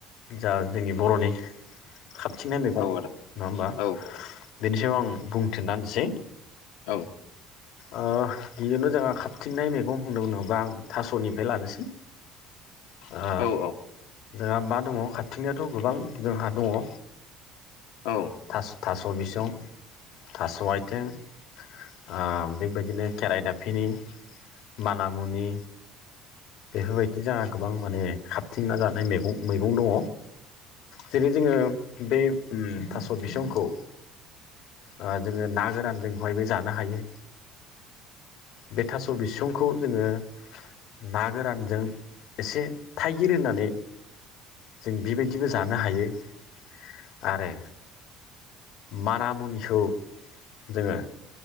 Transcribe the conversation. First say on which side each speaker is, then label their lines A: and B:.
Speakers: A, on the left; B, on the left.
A: जा जोंनि बर'नि खाबथिंनाय मैगं
B: औ
A: नङा
B: आदा
A: ओमबा?
B: औ
A: बेनि सायाव आं बुंथिना होनोसै।
B: औ
A: ओ बेनो जोंहा खाबथिननाय मैगं होननो होनोबा आं थासनिफ्राय लानोसै। ओ
B: औ औ
A: जोंहा मा दङ खाथिनियाथ गोबां जोंहा दङ ओ
B: औ
A: थास' थास' बिसं थास' आयथें ओम खेराइ दाफिनि मानामुनि बेफोरबायदि जाहा गोबां माने खा थिंना जानाय मेगं मैगं दङ। जेरै जोङो बे ओम थास' बिसंखौ ओ जोङो ना गोरान जों <unintelligible> जानो हायो। बे थास' बिसुं खौ जोङो ना गोरानजों एसे थाइगिर होनानै। जों बेबायदिबो जानो हायो। <inaudible> आरो मानामुनिखौ जोङो